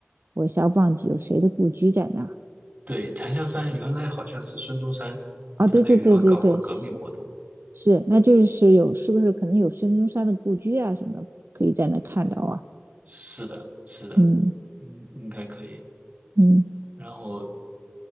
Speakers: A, on the right; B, on the right.
A: 我一下忘记有谁的故居在那儿。
B: 对，檀香山原来好像是孙中山在那个地方搞过革命活动。
A: 哦，对对对对对，是是，那就是有，是不是可能有孙中山的故居啊什么的，可以在那看到啊？
B: 是的，是的，
A: 嗯
B: 应应该可以。
A: 嗯，
B: 然后